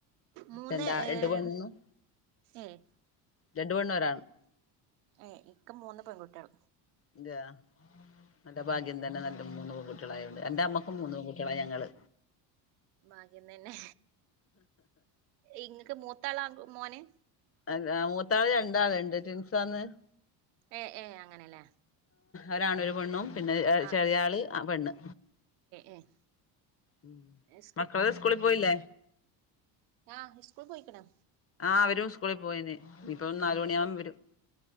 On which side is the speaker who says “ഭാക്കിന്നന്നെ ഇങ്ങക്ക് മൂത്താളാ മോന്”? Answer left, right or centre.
Right